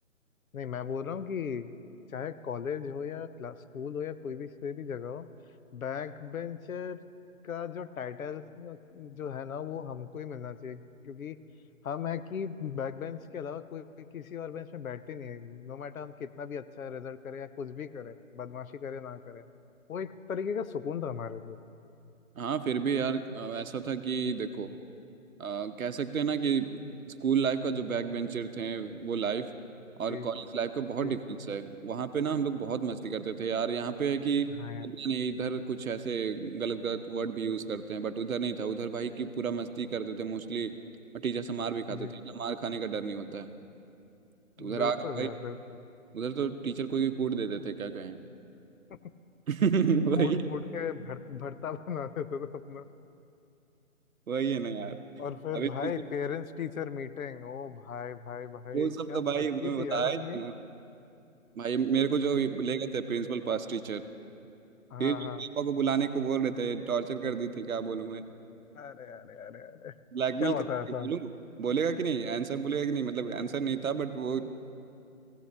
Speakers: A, on the left; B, on the right.
A: नहीं मैं बोल रहा हूँ कि चाहे कॉलेज हो या क्लास स्कूल हो या कोई भी कोई भी जगह हो बैक बेंचर का जो टाइटल जो है ना वो हमको ही मिलना चाहिए क्योंकि हम है कि बैक बेंच के अलावा कोई भी किसी और बेंच में बैठते नहीं है नो मैटर हम कितना भी अच्छा रिजल्ट करें या कुछ भी करें बदमाशी करें ना करें वो एक तरीके का सुकून था हमारे लिए
B: हाँ फिर भी यार अ, ऐसा था कि देखो अ, कह सकते हैं ना कि स्कूल लाइफ का जो बैक बेंचर थे वो लाइफ और
A: जी
B: कॉलेज लाइफ का
A: जी
B: बहुत डिफरेंस है वहाँ पे ना हम लोग बहुत मस्ती करते थे यार यहाँ पे है कि इतना
A: हाँ यार
B: नहीं इधर कुछ ऐसे गलत गलत वर्ड भी यूज करते हैं बट उधर नहीं था उधर भाई की पूरा मस्ती करते थे मोस्टली और टीचर से मार भी खाते
A: जी
B: थे इतना मार खाने का डर नहीं होता है तो उधर
A: बिल्कुल
B: आ गए भाई
A: यार बिल्कुल
B: उधर तो टीचर कोई भी कूट देते थे क्या कहें
A: <laughs>
B: <laughs> वही
A: कूट कूट के भर, भरता बना देते थे अपना
B: वही है ना यार
A: और फिर
B: अभी
A: भाई
B: तो-
A: पेरेंट्स टीचर मीटिंग ओ भाई भाई भाई
B: वो
A: क्या
B: सब तो भाई
A: फटती
B: वो मैं
A: थी
B: बताया
A: यार
B: ही
A: अपनी
B: था ना भाई मेरे को जो ले गए थे प्रिंसिपल पास टीचर
A: हाँ
B: फिर
A: हाँ
B: पापा को बुलाने को बोल रहे थे टॉर्चर कर दी थी क्या बोलूं मैं
A: अरे अरे अरे अरे
B: ब्लैकमेल
A: क्या हुआ
B: कर
A: था ऐसा
B: दी बोलूं बोलेगा कि नहीं आंसर बोलेगा कि नहीं मतलब आंसर नहीं था बट वो